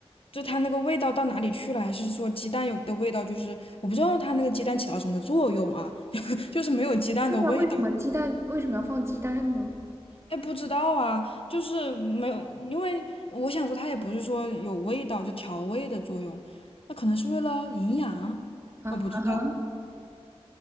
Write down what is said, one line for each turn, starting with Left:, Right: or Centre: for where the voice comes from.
Left: 就它那个味道到哪里去了，还是说鸡蛋有的味道，就是我不知道它那个鸡蛋起到什么作用啊，<laughs> 就是没有鸡蛋的味道，
Right: 对呀，为什么鸡蛋为什么要放鸡蛋呢？
Left: 哎，不知道啊，就是没有，因为我想说它也不是说有味道就调味的作用，那可能是为了营养，
Right: 啊，
Left: 我不知道，
Right: 啊哈，